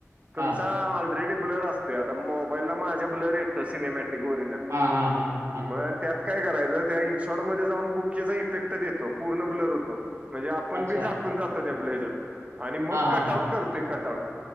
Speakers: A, on the right; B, on the right.
A: तुमचा
B: हां.
A: ऑलरेडी ब्लर असते आता मोबाईलला माझ्या ब्लर येतो सिनेमॅटिक वओरीन
B: हा हा हा
A: मग त्यात काय करायचं त्या इनशॉट मध्ये जाऊन बुकीचा इफेक्ट देतो पूर्ण ब्लर होतो म्हणजे आपण
B: अच्छा.
A: बी झाकून जातो त्या ब्लेजर आणि मग
B: हां, हां,
A: कट
B: हां.
A: आउट करतोय कट आउट